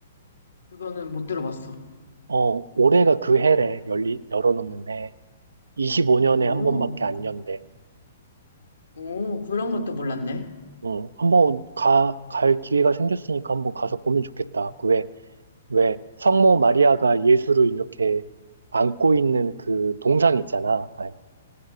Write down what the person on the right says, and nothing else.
어, 올해가 그 해래. 열리, 열어놓는 해. 25년에
한 번밖에 안 연대.
어, 한번 가, 갈 기회가 생겼으니까 한 번 가서 보면 좋겠다. 그 왜, 왜 성모 마리아가 예수를 이렇게 안고 있는 그 동상 있잖아. 아니,